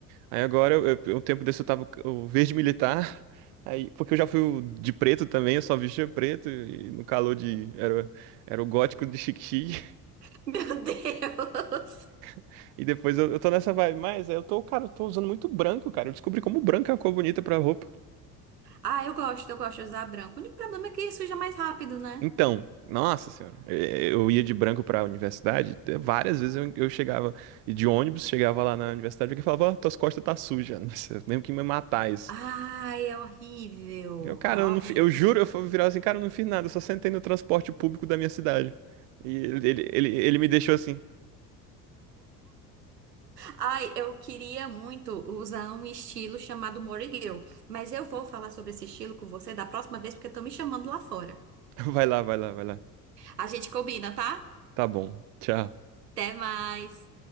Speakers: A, on the right (about 50°); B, on the right (about 80°).
A: Aí agora, eu, eu- um tempo desse eu tava o verde militar, <laughs> aí, porque eu já fui o de preto também, eu só vestia preto, e no calor de... Era, era o gótico de chique-chique,
B: <laughs> Meu Deus!
A: <laughs> e depois eu, eu tô nessa vibe, mas eu tô, cara, eu tô usando muito branco, cara, eu descobri como branco é uma cor bonita pra roupa.
B: Ah, eu gosto, eu gosto de usar branco. O único problema é que suja mais rápido, né?
A: Então, nossa senhora, eh, eu ia de branco pra universidade, eh, várias vezes eu, eu chegava, e de ônibus, chegava lá na universidade, e alguém falava, ó, tuas costas tá suja, <laughs> nossa, eu lembro que me matar isso.
B: Ai, é horrível.
A: Eu, cara,
B: É horrível.
A: eu, não, fi- eu juro, eu fui virar assim, cara, eu não fiz nada, eu só sentei no transporte público da minha cidade. E ele, ele, ele, ele me deixou assim,
B: Ai, eu queria muito usar um estilo chamado Morigueu. Mas eu vou falar sobre esse estilo com você da próxima vez, porque estão me chamando lá fora.
A: <laughs> vai lá, vai lá, vai lá.
B: A gente combina, tá?
A: Tá bom, tchau.
B: Até mais.